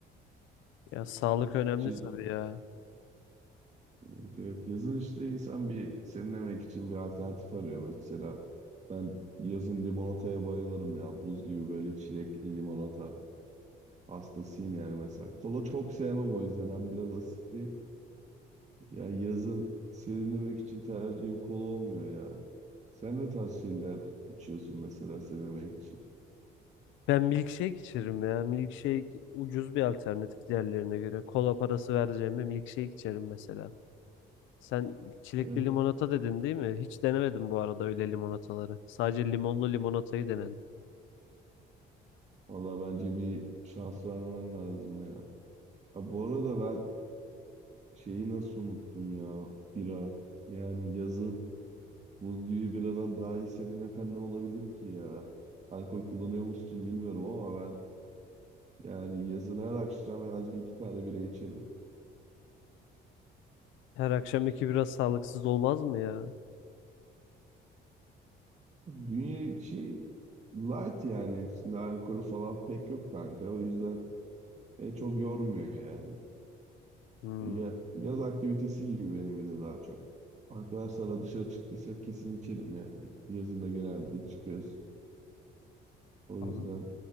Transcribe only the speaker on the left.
Ya sağlık önemli
tabii ya.
Ben milkshake içerim ya. Milkshake ucuz bir alternatif diğerlerine göre. Kola parası vereceğime milkshake içerim mesela. Sen çilekli
limonata dedin değil mi? Hiç denemedim bu arada öyle limonataları. Sadece limonlu limonatayı denedim.
Her akşam iki biraz sağlıksız olmaz mı ya?
Hmm,
anladım.